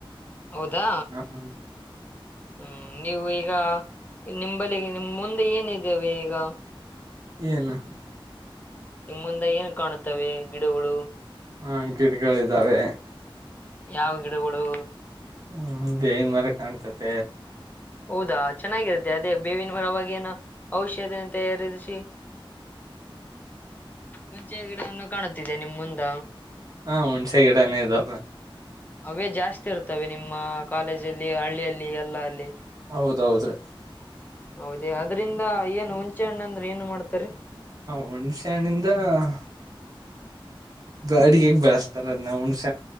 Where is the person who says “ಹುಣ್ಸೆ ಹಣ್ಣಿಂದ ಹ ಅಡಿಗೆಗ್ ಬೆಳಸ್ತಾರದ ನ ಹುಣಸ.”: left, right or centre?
Right